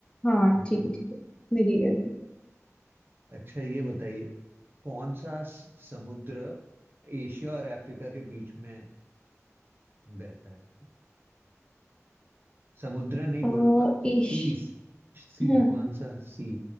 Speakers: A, on the left (about 20°); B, on the right (about 40°).
A: हाँ ठीक
B: जी
A: है ठीक है मेरी गलती
B: अच्छा ये बताइए कौन सा स- समुद्र एशिया और अफ्रीका के बीच में बहता है समुद्र नहीं
A: अह,
B: बोलूंगा सी
A: इश
B: सी
A: हाँ
B: कौन सा सी